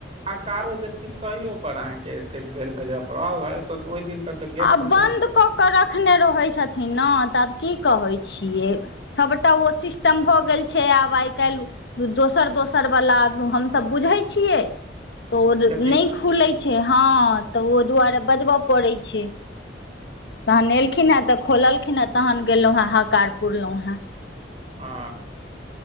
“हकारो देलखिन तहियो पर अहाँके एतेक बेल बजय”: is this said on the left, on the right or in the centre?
Right